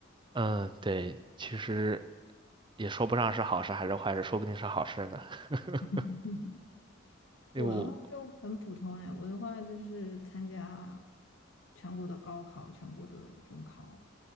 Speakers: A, on the right; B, on the left.
A: 嗯，对，其实也说不上是好事还是坏事，说不定是好事呢。<laughs>
B: <laughs>
A: 因为我，
B: 我的话就很普通哎，我的话就是参加全国的高考、全国的中考，